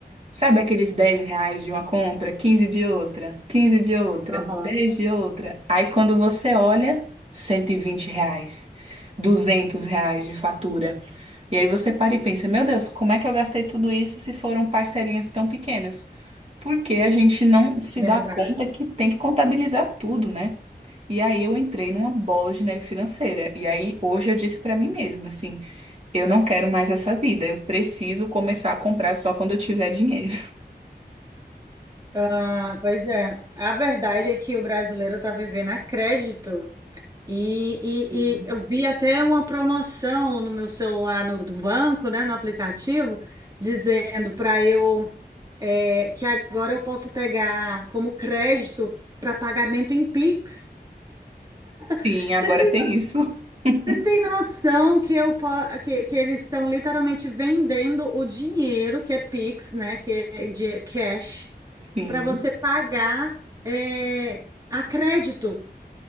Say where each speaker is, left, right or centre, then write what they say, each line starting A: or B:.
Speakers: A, on the right; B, on the right.
A: Sabe aqueles 10 reais de uma compra, 15 de outra, 15 de outra,
B: Aham,
A: 10 de outra? Aí quando você olha, 120 reais, 200 reais de fatura. E aí você para e pensa, meu Deus, como é que eu gastei tudo isso se foram parcelinhas tão pequenas? Porque a gente não se
B: verdade.
A: dá conta que tem que contabilizar tudo, né? E aí eu entrei numa bola de neve financeira. E aí hoje eu disse pra mim mesma, assim, eu não quero mais essa vida, eu preciso começar a comprar só quando eu tiver dinheiro.
B: Ah, pois é, a verdade é que o brasileiro está vivendo a crédito. E,
A: Sim,
B: e, e eu vi até uma promoção no meu celular no, do banco, né, no aplicativo, dizendo para eu é, que agora eu posso pegar como crédito para pagamento em Pix. <laughs>
A: Sim, agora tem isso. <laughs>
B: tem noção que, eu, po- que, que eles estão literalmente vendendo o dinheiro, que é Pix, né? Que é de cash,
A: Sim,
B: para você pagar é, a crédito.